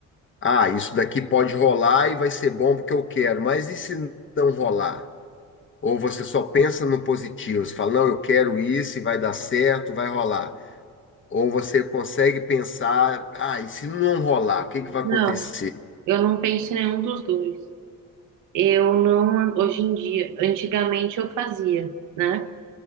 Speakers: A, on the left (about 40°); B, on the right (about 85°).
A: ah, isso daqui pode rolar e vai ser bom porque eu quero, mas e se não rolar? Ou você só pensa no positivo, você fala, não, eu quero isso e vai dar certo, vai rolar. Ou você consegue pensar, ah, e se não rolar, o que que vai
B: Não,
A: acontecer?
B: eu não penso em nenhum dos dois. Eu não, hoje em dia, antigamente eu fazia, né?